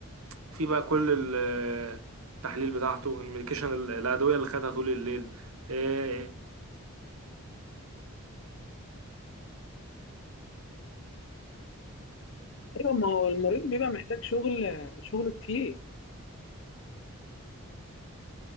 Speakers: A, on the right; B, on the left.
A: في بقى كل ال- آه، التحليل بتاعته الميديكيشن ال- الادويه اللي خدها طول الليل ايه
B: ايوه ما هو المريض بيبقى محتاج شغل شغل كتير